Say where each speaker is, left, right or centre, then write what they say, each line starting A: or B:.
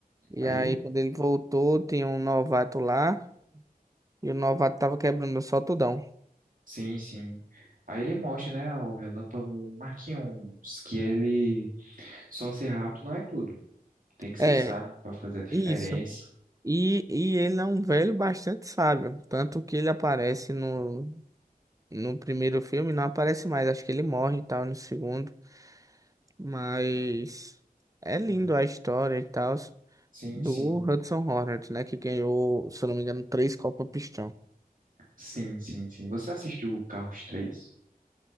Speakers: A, on the right; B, on the right.
A: E
B: Aí
A: aí,
B: ele,
A: quando ele voltou, tinha um novato lá. E o novato tava quebrando o soltão.
B: sim, sim. Aí ele mostra, né, o Relâmpago Marquinhos, que ele só ser rápido não é tudo. Tem que ser
A: É,
B: sábio para fazer a diferença.
A: isso. E, e ele é um velho bastante sábio. Tanto que ele aparece no, no primeiro filme, não aparece mais. Acho que ele morre e tal no segundo. Mas é lindo
B: Hum,
A: a história e tal
B: Sim,
A: do
B: sim.
A: Hudson Hornet, né? Que ganhou, se eu não me engano, três Copa Pistão.
B: Sim, sim, sim. Você assistiu o Carros três